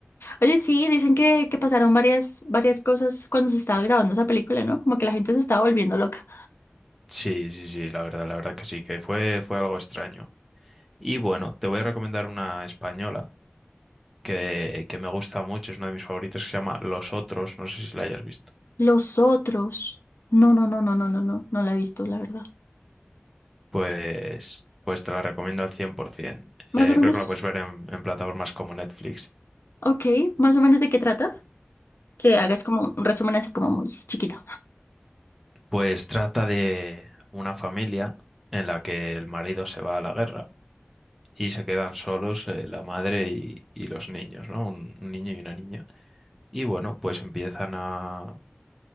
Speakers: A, on the left; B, in the centre.
A: Oye, sí, dicen que, que pasaron varias, varias cosas cuando se estaba grabando esa película, ¿no? Como que la gente se estaba volviendo loca.
B: Sí, sí, sí, la verdad, la verdad que sí, que fue, fue algo extraño. Y bueno, te voy a recomendar una española que, que me gusta mucho, es una de mis favoritas que se llama Los Otros, no sé si la hayas visto.
A: Los otros. No, no, no, no, no, no, no, no la he visto, la verdad.
B: Pues, pues te la recomiendo al 100%.
A: Más
B: Eh,
A: o menos,
B: creo que la puedes ver en, en plataformas como Netflix.
A: ok, más o menos de qué trata. Que hagas como un resumen así como muy chiquito.
B: Pues trata de una familia en la que el marido se va a la guerra y se quedan solos eh, la madre y, y los niños, ¿no? Un, un niño y una niña. Y bueno, pues empiezan a,